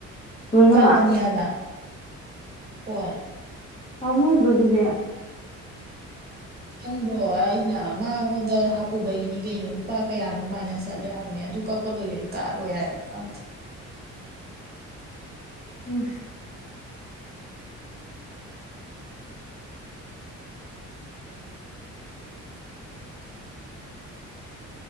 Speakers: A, on the left; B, on the right.
A: ꯂꯣꯏꯅꯃꯛ
B: ꯀꯥꯃꯅꯤ ꯍꯥꯏꯕ ꯍꯣꯏ
A: ꯐꯃꯨꯗ ꯔꯖꯤꯗꯌꯥ
B: ꯁꯪꯕꯣ ꯑꯩꯅ ꯃꯉꯣꯟꯗ ꯍꯥꯞꯄꯨꯕꯒꯤꯅꯤ ꯀꯩꯅꯣ ꯂꯨꯄꯥ ꯀꯌꯥꯅꯣ ꯀꯃꯥꯏꯅ ꯆꯠꯂꯦ ꯍꯥꯏꯕꯅꯤ ꯗꯨꯀꯥꯀꯔ ꯑꯣꯏꯣꯏ ꯌꯥꯏ ꯀꯥ ꯑꯣꯏꯣꯏ ꯌꯥ ꯑꯗꯨ ꯀꯝ
A: ꯑ